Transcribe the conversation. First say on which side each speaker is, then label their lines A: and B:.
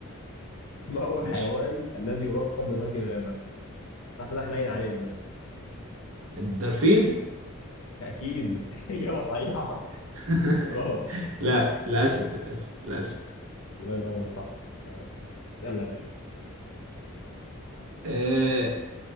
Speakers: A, on the left (about 75°); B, on the right (about 70°).
A: <laughs> ما هو الحيوان
B: ماشي
A: الذي يلقب بملك الغابه تعرف ان انا حنين عليك بس
B: الدرفيل
A: اكيد <laughs> اجابه صحيحه
B: <laughs>
A: غلط
B: لا
A: لا
B: الاسد الاسد الاسد
A: الله ينور صح تمام اسالنا يا باشا
B: آه